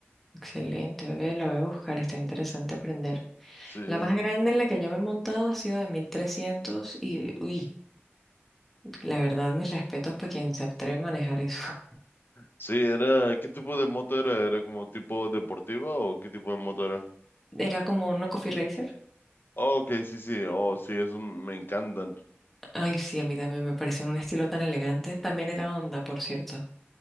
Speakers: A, in the centre; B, on the left (about 50°).
A: Excelente, ve, la voy a buscar, está interesante aprender.
B: Sí,
A: La más grande en la que yo me he montado ha sido de 1300 y, uy, la verdad, mis respetos para quien se atreve a manejar eso.
B: sí, era, ¿qué tipo de moto era? ¿Era como tipo deportiva o qué tipo de moto era?
A: <laughs> Era como una Coffee Racer.
B: Oh, ok, sí, sí, oh, sí, eso me encantan.
A: Ay, sí, a mí también me pareció un estilo tan elegante. También era Honda, por cierto.